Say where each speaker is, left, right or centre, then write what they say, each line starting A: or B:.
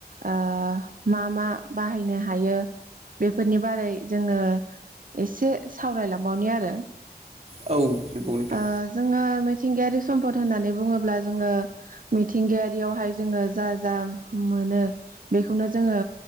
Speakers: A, on the right; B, on the right.
A: ओ मा मा बाहायनो हायो बेफोरनि बारै जोङो एसे सावरायलांबावनि आरो
B: औ नंगौ नोंथां
A: ओ जोङो मिथिंगायारि सम्पद होननानै बुङोब्ला जोङो मिथिंगायारि जोङो जा जा मोनो बेखौनो जोङो